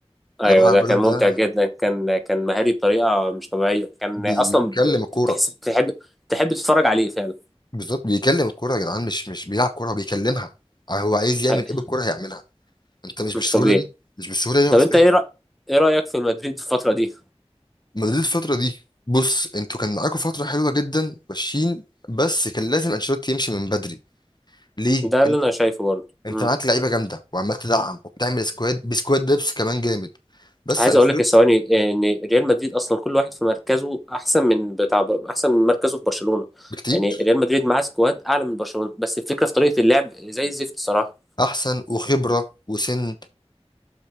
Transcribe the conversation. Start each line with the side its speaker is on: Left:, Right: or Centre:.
Centre: ايوه
Left: يا جماعة
Centre: ده
Left: الراجل
Centre: كان ممتع
Left: ده
Centre: جدا كان كان مهاري بطريقة مش طبيعية كان
Left: بيكلم
Centre: اصلا ب-
Left: الكورة
Centre: تحس تحب تحب تتفرج عليه فعلا
Left: بالظبط بيكلم الكورة يا جدعان مش مش بيلعب كورة بيكلمها هو عايز يعمل
Centre: أي-
Left: ايه بالكورة هيعملها انت مش بالسهولة
Centre: مش طبيعي
Left: دي مش بالسهولة دي يا
Centre: طب
Left: استاذ
Centre: انت ايه رأ... ايه رأيك في مدريد الفترة دي
Left: مدريد الفترة دي بص انتوا كان معاكوا فترة حلوة جدا ماشيين بس كان لازم انشيلوتي يمشي من بدري ليه؟
Centre: ده اللي
Left: انت
Centre: انا شايفه برضه
Left: انت
Centre: مم.
Left: معاك لعيبة جامدة وعمال تدعم وبتعمل سكواد بسكواد دبس كمان جامد بس
Centre: عايز
Left: انشيلوتي
Centre: اقول لك يا ثواني ان ريال مدريد اصلا كل واحد في مركزه احسن من بتاع احسن من مركزه في برشلونة
Left: بكتير
Centre: يعني ريال مدريد معاه سكواد اعلى من برشلونة بس الفكرة في طريقة اللعب زي الزفت صراحة
Left: احسن وخبرة وسن